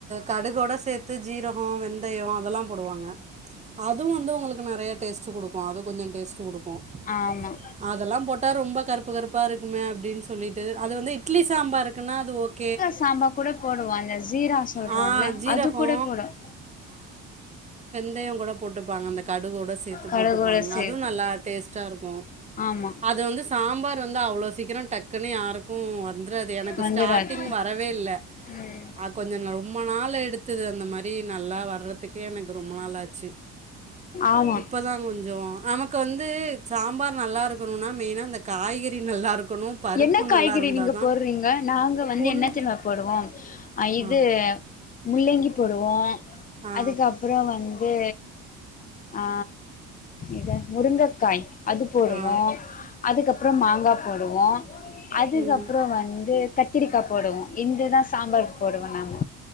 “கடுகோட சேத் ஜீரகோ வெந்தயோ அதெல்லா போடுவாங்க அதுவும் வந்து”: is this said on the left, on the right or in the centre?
Right